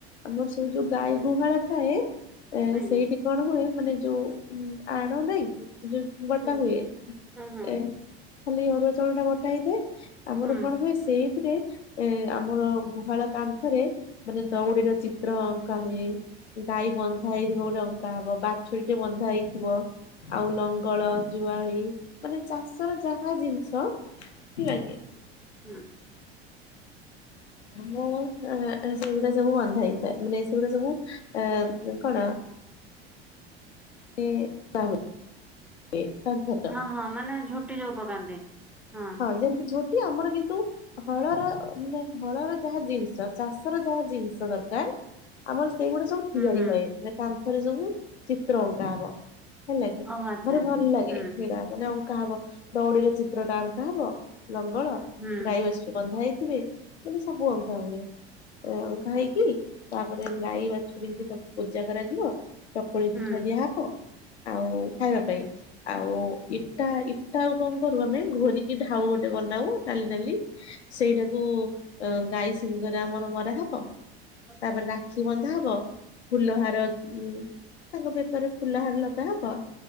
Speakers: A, on the left (about 90°); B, in the centre.
A: ଆମର ସୁ ଯୋଉ ଗାଈ ଗୁହାଳ ଥାଏ ଏ
B: ଆଜ୍ଞା
A: ସେଇଠି କଣ ହୁଏ ମାନେ ଯୋଉ ଆଣ ନାଇଁ କି ଯୋଉ ବଟା
B: ହୁଁ
A: ହୁଏ
B: ହଁ ହଁ
A: ଏ ଖାଲି ଅରୁଆ ଚାଉଳ ଟା ବଟା ହେଇଥାଏ ଆମର
B: ହୁଁ
A: କଣ ହୁଏ ସେଇଥିରେ ଏ ଆମର ଗୁହାଳ କାନ୍ଥରେ ମାନେ ଦଉଡିର ଚିତ୍ର ଅଙ୍କା ହୁଏ। ଗାଈ ବନ୍ଧା ହେଇଥିବ ଗୋଟେ ଅଙ୍କା ହବ, ବାଛୁରୀ ଟେ ବନ୍ଧା ହେଇଥିବ। ଆଉ ଲଙ୍ଗଳ, ଜୁଆଳି ମାନେ ଚାଷର ଯାହା ଜିନିଷ ହେଲା କି?
B: ହୁଁ।
A: ମୋ ଏଁ ସେଗୁଡା ସବୁ ବନ୍ଧା ହେଇଥାଏ, ମାନେ ଏ ସେଗୁଡା ସବୁ ଏଁ କଣ? ଏ ପା ହୁଏ। ଏ ତା ଭର
B: ହଁ ହଁ ମାନେ ଝୋଟି ଯୋଉ ପକାନ୍ତି ହଁ।
A: ଯେମିତି ଝୋଟି ଆମର କିନ୍ତୁ ହଳର ମାନେ ହଳର ଯାହା ଜିନିଷ ଚାଷର ଯାହା ଜିନିଷ ଦରକାର ଆମର ସେଇଗୁଡା ସବୁ
B: ହୁଁ
A: ତିଆରି
B: ହୁଁ
A: ହୁଏ କାନ୍ଥରେ ସବୁ ଚିତ୍ର ଅଙ୍କା ହବ। ହେଲାକି
B: ଓହୋ ଆଚ୍ଛା
A: ମତେ
B: ଆଚ୍ଛା
A: ଭଲ ଲାଗେ
B: ହୁଁ
A: ହେଡ଼ା ଅଙ୍କା ହବ ଦଉଡିରେ ଚିତ୍ରଟା ଅଙ୍କା ହବ ଲଙ୍ଗଳ
B: ହୁଁ
A: ଗାଈ ବାଛୁରୀବନ୍ଧା ହେଇଥିବେ ମାନେ ସବୁ ଅଙ୍କା ହୁଏ। ଏ ଅଙ୍କା ହେଇକି ତାପରେ ଗାଈ ବାଛୁରୀଙ୍କୁ ସବୁ ପୂଜା କରାଯିବ। ଚକୁଳି
B: ହୁଁ।
A: ପିଠା ଦିଆହବ। ଆଉ ଖାଇବା ପାଇଁ ଆଉ ଇଟା ଇଟା ଆଉ କଣ କରୁ ଆମେ ଘୋରିକି କି ଢାଉ ଗୋଟେ ବନାଉ ନାଲି ନାଲି ସେଇଟାକୁ ଗାଈ ସିଙ୍ଗରେ ଆମର ମରା ହବ
B: ହୁଁ
A: ତାପରେ ରାକ୍ଷୀ ବନ୍ଧାହବ। ଫୁଲହାର ଉଁ ତାଙ୍କ ବେକରେ ଫୁଲହାର ଲଗାହବ,